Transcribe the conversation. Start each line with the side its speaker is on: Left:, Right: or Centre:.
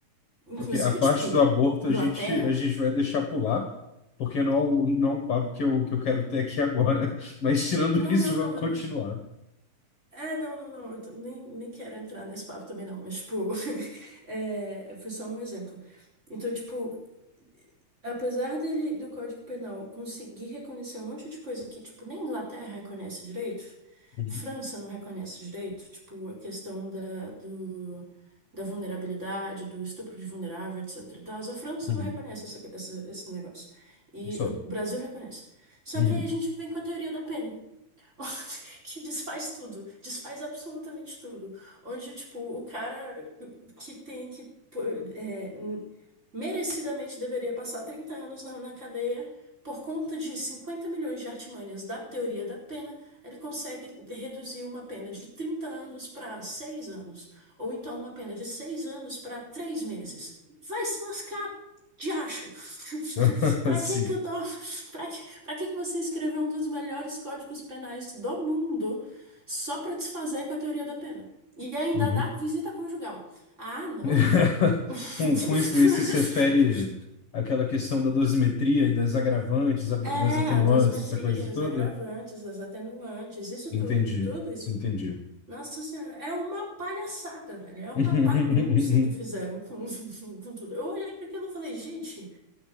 Right: Inclusive,
Left: Porque a parte
Right: tipo,
Left: do aborto
Right: Inglaterra.
Left: a gente, a gente vai deixar pular, porque não é um, não é um papo que eu, que eu quero ter aqui agora. <laughs> Mas tirando
Right: Não,
Left: isso,
Right: não, não,
Left: vamos
Right: eu
Left: continuar.
Right: não. É, não, não, não. Eu t- nem, nem quero entrar nesse papo também, não. Mas, tipo, <laughs> é, foi só um exemplo. Então, tipo, Apesar dele, do Código Penal conseguir reconhecer um monte de coisa que, tipo, nem Inglaterra reconhece direito,
Left: Uhum,
Right: França não reconhece direito, tipo, a questão da, do, da vulnerabilidade, do estupro de vulnerável, etc e tal, a França
Left: uhum.
Right: não reconhece essa, essa- esse negócio. E
Left: Só.
Right: o Brasil reconhece. Só
Left: Uhum.
Right: que aí a gente vem com a teoria da pena. <laughs> que desfaz tudo, desfaz absolutamente tudo. Onde, tipo, o cara que tem que pô, é, n- merecidamente deveria passar 30 anos na, na cadeia por conta de 50 milhões de artimanhas da teoria da pena, ele consegue reduzir uma pena de 30 anos para 6 anos, ou então uma pena de 6 anos para 3 meses. Vai se lascar, de acho. <laughs>
Left: <laughs>
Right: Pra
Left: Sim.
Right: que que eu tô... Pra que... pra que que você escreveu um dos melhores códigos penais do mundo só pra desfazer com a teoria da pena? E ainda
Left: Uhum.
Right: dá visita conjugal. Ah, não,
Left: <laughs>
Right: cara. <laughs>
Left: Com, com isso daí, você se refere àquela questão da dosimetria e das agravantes, a- das
Right: É,
Left: atenuantes,
Right: as dosimetrias,
Left: essa coisa toda?
Right: agravantes, as atenuantes, isso
Left: Entendi,
Right: tudo, tudo isso.
Left: entendi.
Right: Nossa Senhora, é uma palhaçada, velho. É uma
Left: <laughs>
Right: bagunça que fizeram com, <laughs> com tudo. Eu olhei para aquilo e falei, gente,